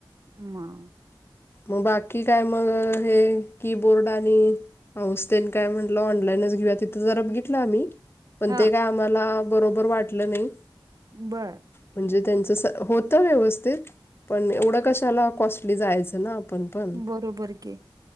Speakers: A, on the right; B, on the left.
A: म
B: मग बाकी काय मग हे, कीबोर्ड आणि पाऊस तेन काय म्हटल, ऑनलाईनच घेऊया. तिथ जरा बघितल आम्ही. पण
A: हा
B: ते काय आम्हाला बरोबर वाटल नाही.
A: बर
B: म्हणजे त्यांच होत व्यवस्थित. पण एवढ कशाला कॉस्टली जायच ना. आपण पण
A: बरोबर की